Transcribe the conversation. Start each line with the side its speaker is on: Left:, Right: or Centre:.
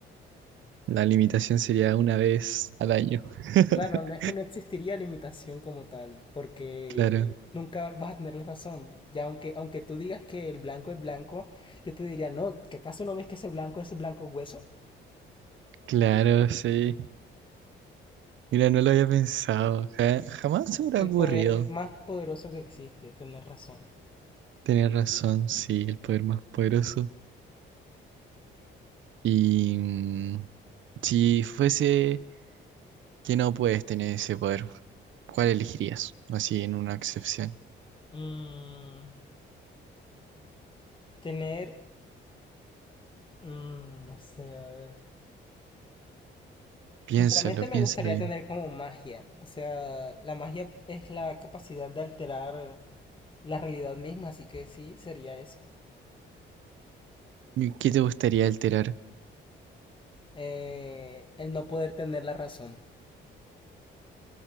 Right: La limitación sería una vez al año. <laughs>
Left: Claro, no es que no existiría limitación como tal, porque
Right: Claro, Sí.
Left: nunca vas a tener la razón. Ya aunque, aunque tú digas que el blanco es blanco, yo te diría, no, ¿que acaso no ves que ese blanco es blanco hueso?
Right: claro, sí. Mira, no lo había pensado. ja- jamás se me hubiera
Left: El
Right: ocurrido.
Left: poder más poderoso que existe, tener razón.
Right: Tienes razón, sí, el poder más poderoso. Y mm, si fuese que no puedes tener ese poder, ¿cuál elegirías? Así en una excepción.
Left: Mm, tener, mm, no sé, a ver.
Right: Piénsalo,
Left: Sinceramente
Right: piénsalo
Left: me gustaría
Right: bien.
Left: tener como magia. O sea, la magia es la capacidad de alterar la realidad misma, así que sí, sería eso.
Right: ¿Y ¿Qué te gustaría alterar?
Left: Eh, el no poder tener la razón.